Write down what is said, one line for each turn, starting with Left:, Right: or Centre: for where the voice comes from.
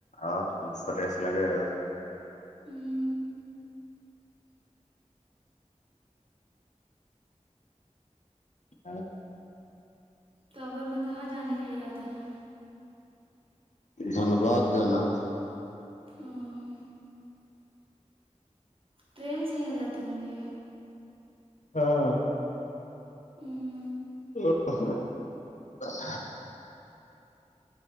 Left: آؤ بہت فریش لگے گا
Right: ہوں
Left: ہاں
Right: توابر میں کہاں جانے کا ارادہ ہے
Left: دھنباد جانا
Right: <inaudible> ٹرین سے ہی نہ جاتے ہوں گے
Left: ہاں
Right: ہوں
Left: <inaudible>